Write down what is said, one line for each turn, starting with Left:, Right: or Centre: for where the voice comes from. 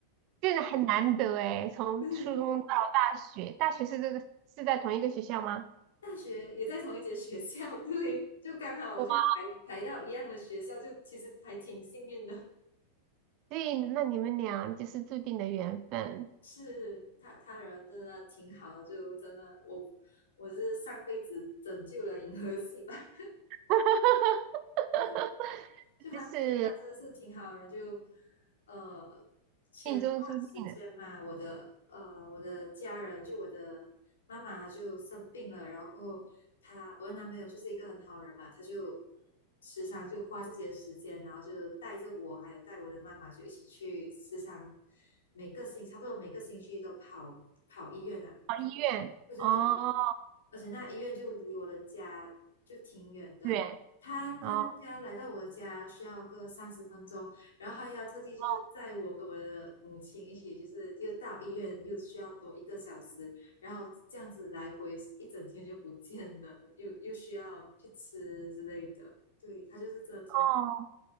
Right: 就是很难得诶，从初中到大学，
Left: 对，
Right: 大学是这个是在同一个学校吗？
Left: 大学也在同一间学校，<laughs> 对，就刚好我就排排到一样的学校，
Right: 哇，
Left: 就其实还挺幸运的。
Right: 所以那你们俩就是注定的缘分，
Left: 是他他人真的挺好的，就真的我我是上辈子拯救了银河系吧。
Right: <laughs> 哈哈哈
Left: 真的，就他其他真的是挺好的人，
Right: 就是
Left: 就呃前段时间嘛，
Right: 命中注定的。
Left: 我的呃我的家人就我的妈妈她就生病了，然后过后她我的男朋友就是一个很好的人嘛，他就时常就花自己的时间，然后就带着我还有带我的妈妈就一起去时常每个星差不多每个星期都跑跑医院啊，
Right: 哦，医院哦，
Left: 对对对，而且那医院就离我的家就挺远的，
Right: 远
Left: 他他的家来到我的家需要个三十分钟，
Right: 哦
Left: 然后他要特地就是载我跟我的母亲一起，
Right: 哦，
Left: 就是又到医院又需要多一个小时，然后这样子来回一整天就不见了，<laughs> 又又需要去吃之类的，对，他就是真的挺。
Right: 哦